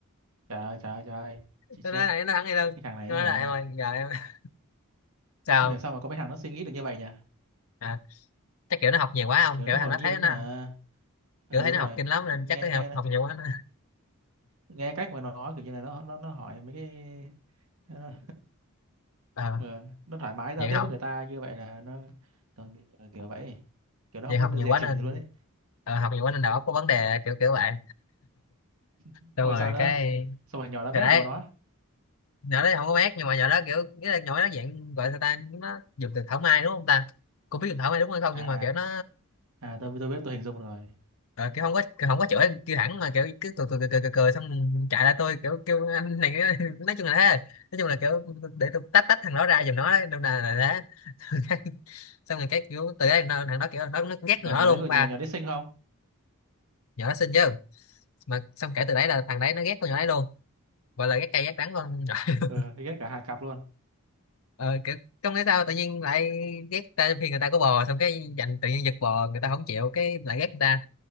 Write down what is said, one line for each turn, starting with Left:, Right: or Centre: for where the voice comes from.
Right: trời ơi trời ơi trời ơi chị
Left: tôi
Right: chết
Left: nói là nó thắng đi luôn
Right: cái thằng này
Left: nó nói
Right: hả
Left: là em ơi giờ em <laughs> sao
Right: không hiểu sao mà có mấy thằng nó suy nghĩ được như vậy nhỉ
Left: à, chắc kiểu nó học nhiều quá không
Right: kiểu
Left: kiểu
Right: nó hồn
Left: thằng nó
Right: nhiên
Left: thấy nó
Right: hả ờ
Left: kiểu thấy
Right: đúng
Left: nó
Right: rồi
Left: học kinh lắm nên
Right: nghe
Left: chắc nó
Right: nghe
Left: học, học nhiều quá nó
Right: nghe cách mà nó nói kiểu như là nó nó nó hỏi mấy cái nó
Left: ờ
Right: ờ, nó thoải mái giao
Left: vậy
Right: tiếp
Left: không
Right: với người ta như vậy là nó còn bị- ờ, kiểu vậy kiểu nó
Left: vì
Right: không
Left: học
Right: có được
Left: nhiều
Right: dè
Left: quá
Right: chừng
Left: nên
Right: gì luôn ấy
Left: ờ, học nhiều quá nên đầu óc có vấn đề kiểu kiểu vậy
Right: xong
Left: xong rồi
Right: rồi sao nữa
Left: cái
Right: xong rồi nhỏ nó mép
Left: thì đấy
Right: bố nó
Left: nhỏ đấy không có mát nhưng mà nhỏ đó kiểu nghĩa là nhỏ đó dạng gọi sao ta nó dùng từ thảo mai đúng không ta cô biết dùng thảo mai đúng hay không
Right: à
Left: nhưng mà kiểu nó
Right: à à tôi tôi biết tôi hình dung rồi
Left: ờ, kiểu không có kiểu không có chửi kêu thẳng mà kiểu cứ cười cười cười cười, cười, cười xong chạy lại tôi kiểu kêu anh này <laughs> nói chung là thế nói chung là kiểu để tôi tách tách thằng đó ra giùm nó đấy nên là, là thế <laughs> xong rồi cái kiểu từ đấy nó, thằng đó kiểu nó, nó ghét
Right: nhỏ
Left: con nhỏ
Right: nhỏ
Left: đó luôn
Right: đấy còn
Left: ba
Right: nhỏ nhỏ đấy xinh không
Left: nhỏ đó xinh chứ mà xong kể từ đấy là thằng đấy nó ghét con nhỏ đấy luôn gọi là ghét cay ghét đắng luôn <laughs>
Right: ừ, thì ghét cả hai cặp luôn
Left: ờ, kiểu, không biết sao tự nhiên lại ghét ta khi người ta có bò xong cái dành tự nhiên giật bò người ta không chịu cái lại ghét người ta